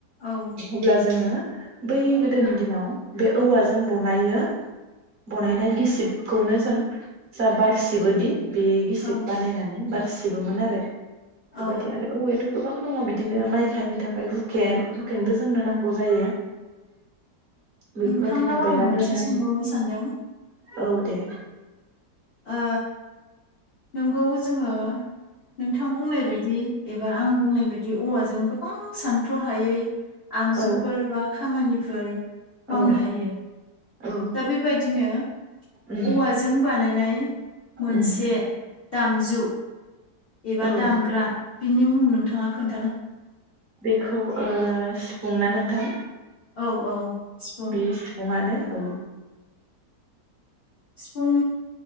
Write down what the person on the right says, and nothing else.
अब्ला जोङो बै गोदोनि दिनाव बे औवाजों ब'नायो बनायनाय गिसिबखौनो जों जा बारसिबोदि बे गिसिब
बानायनानै बारसि सिबोमोन आरो
बेबायदि आरो औवायथ' गोबां दङ बिदिनो माइ खायनो थाखाय हुखेन हुखेनबो जोंनो नांगौ जायो बेफोरबायदिनो
बेरा
दोननाय
औ दे
औ
औ
औ
उम
उम
औ
बेखौ ओ सिफुंना नोंथां?
बेयो सिफुङानो औ।